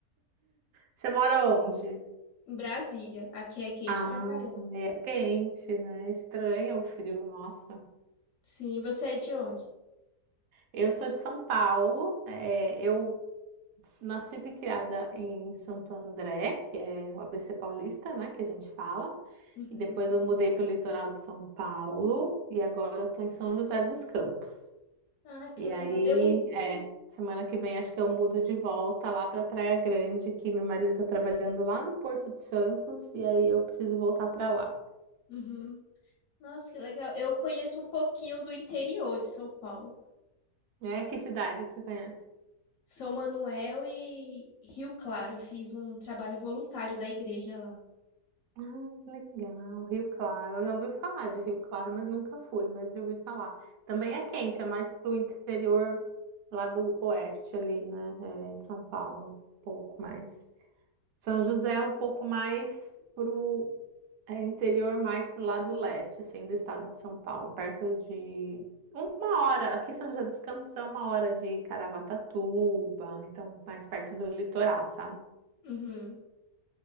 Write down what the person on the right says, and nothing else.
Você mora onde?
Ah,
é quente, né? Estranha o frio, nossa.
Eu sou de São Paulo, é, eu nasci e criada em Santo André, que é o ABC paulista, né, que a gente fala.
E depois eu mudei para o litoral de São Paulo e agora eu tô em São José dos Campos.
E
aí,
é, semana que vem acho que eu mudo de volta lá para Praia Grande, que meu marido está trabalhando lá no Porto de Santos e aí eu preciso voltar para lá.
É, que cidade que você conhece?
Ah, que legal. Rio Claro. Eu já ouvi falar de Rio Claro, mas nunca fui, mas já ouvi falar. Também é quente, é mais pro interior lá do oeste ali, né? é, de São Paulo, um pouco mais. São José é um pouco mais pro é, interior, mais pro lado leste, assim, do estado de São Paulo, perto de uma hora. Aqui em São José dos Campos é uma hora de Caraguatatuba, então mais perto do litoral, sabe?